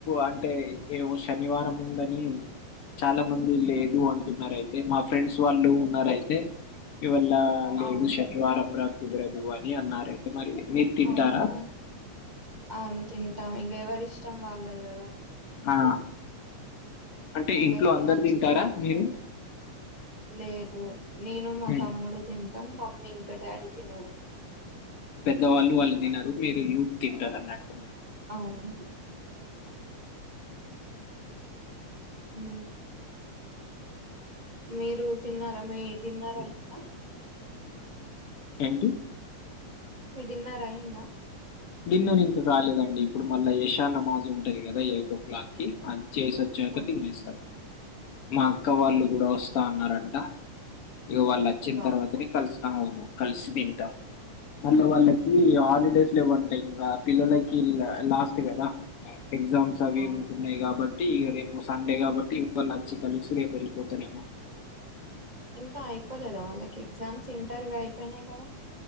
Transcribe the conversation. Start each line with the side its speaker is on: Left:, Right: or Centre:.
Left: అంటే ఏమో శనివారము ఉందని చాలా మంది లేదు అంటున్నరైతే మా ఫ్రెండ్స్ వాళ్ళు ఉన్నరైతే ఇవాల్ళ లేదు
Right: అవును
Left: శనివారం రా కుదరదు అని అన్నారయితే మరి మీరు తింటారా?
Right: అవును అవును తింటాం ఇంగ ఎవరిష్టం వాళ్ళది గదా
Left: ఆ, అంటే
Right: కొందరికి
Left: ఇంట్లో అందరు
Right: నచ్చుతె
Left: తింటారా
Right: దింటరు
Left: మీరు
Right: లేదు నేను, మా
Left: ఉమ్,
Right: తమ్ముడు తిన్ టం మమ్మీ ఇంక డాడీ తినరు
Left: గ వాళ్ళు వాళ్ళు తినరు, మీరు యూత్ తింటరన్నట్టు.
Right: అవును హ్మ్ మీరు తిన్నార, మీ డిన్నరయింద?
Left: ఏంటి
Right: మీ డిన్నర్ అయిందా
Left: డిన్నర్ ఇంకా కాలేదండి ఇప్పుడు మళ్ళా ఎ శానమాజు ఉంటుంది కదా ఎయిట్ ఓ క్లాక్ కి చేసి వచ్చాక
Right: అవునా
Left: తినేస్తారు మా అక్క వాళ్ళు గూడా వస్తా అన్నారంట ఇగా వాళ్ళు వచ్చిన
Right: ఇవ్వాలనా
Left: తర్వాతనే కలుస్తా అవును కలిసి తింటాం మళ్ళ వాళ్ళకి హాలిడేస్ లెవ్వంటా ఇంగా పిల్లలకి లాస్ట్ గదా ఎగ్జామ్స్ అవి
Right: అవును
Left: ఉంటున్నాయి కాబట్టి ఇక రేపు సండే కాబట్టి లంచఇచ్చికలిసి రేపు వెళ్ళిపోతారేమో
Right: ఇంకా అయిపోలేదా వాళ్ళకి ఎగ్జామ్స్ ఇంటర్వ్యూ అయిపోయినాయి కదా